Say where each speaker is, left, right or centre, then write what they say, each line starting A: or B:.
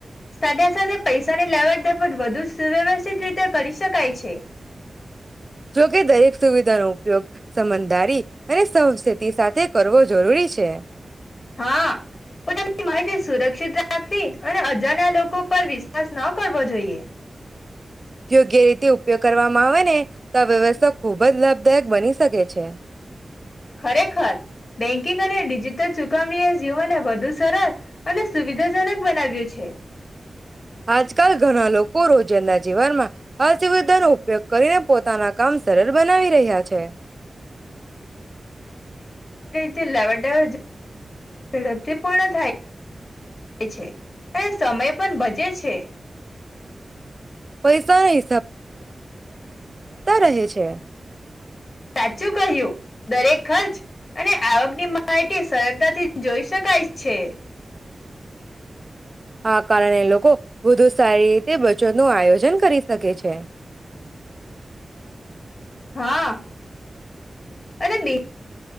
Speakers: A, on the left; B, on the right.
A: સાથે સાથે પૈસાની લેવડ <unintelligible> રીતે કરી શકાય છે.
B: જોકે દરેક સુવિધાનો ઉપયોગ સમજદારી અને સાવચેતી સાથે કરવો જરૂરી છે.
A: હા પોતાની માહિતી સુરક્ષિત રાખવી અને અજાણ્યા લોકો પર વિશ્વાસ ન કરવો જોઈએ.
B: યોગ્ય રીતે ઉપયોગ કરવામાં આવે ને તો આ વ્યવસ્થા ખૂબ જ લાભદાયક બની શકે છે.
A: ખરેખર, બેંકિંગ અને ડિજિટલ ચુ કામણી એ જીવનને વધુ સરળ અને સુવિધાજનક બનાવ્યું છે.
B: આજકાલ ઘણા લોકો રોજંદા જીવનમાં અસુવિધાનો ઉપયોગ કરી પોતાના કામ સરળ બનાવી રહ્યા છે.
A: લેવડ દેવડ ઝડપથી પુર્ણ થાય છે અને સમય પણ બચે છે.
B: પૈસા એ રહે છે.
A: સાચું કહ્યું. દરેક ખર્ચ અને આવકની માહિતી સરળતાથી જોઈ શકાય છે.
B: આ કારણે લોકો વધુ સારી રીતે બચત નું આયોજન કરી શકે તે
A: હા અને બિન